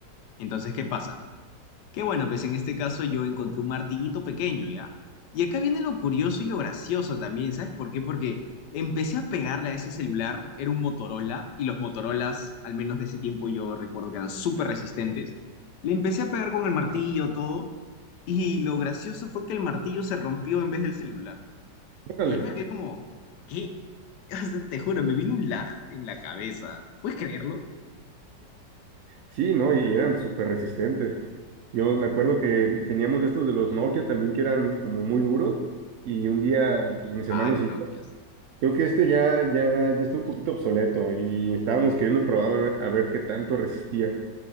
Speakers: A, on the left (about 75°); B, on the right (about 80°).
A: Entonces, ¿qué pasa? Que bueno, pues en este caso yo encontré un martillito pequeño, ¿ya? Y acá viene lo curioso y lo gracioso también, ¿sabes por qué? Porque empecé a pegarle a ese celular, era un Motorola, y los Motorolas, al menos de ese tiempo yo recuerdo que eran súper resistentes. Le empecé a pegar con el martillo, todo, y lo gracioso fue que el martillo se rompió en vez del celular.
B: Órale.
A: Y yo me quedé como, ¿qué? <laughs> O sea, te juro, me vino un lag en la cabeza. ¿Puedes creerlo?
B: Sí, ¿no? Y eran súper resistentes. Yo me acuerdo que teníamos de estos de los Nokia también que eran como muy duros y un día, pues mis
A: Ah,
B: hermanos
A: los
B: y
A: Nokias.
B: creo que este ya, ya, ya está un poquito obsoleto y estábamos queriendo probar a ver, a ver qué tanto resistía.